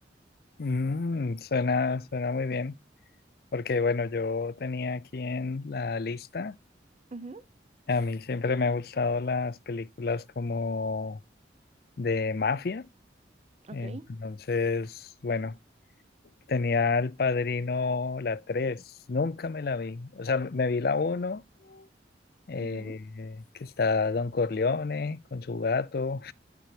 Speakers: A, on the left; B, on the right.
A: Mm, suena, suena muy bien, porque bueno, yo tenía aquí en la lista,
B: Ujú,
A: a mí siempre me han gustado las películas como de mafia,
B: ok.
A: entonces, bueno. Tenía El Padrino la 3 nunca me la vi. O sea, me vi la uno eh,
B: ujú,
A: que está Don Corleone con su gato,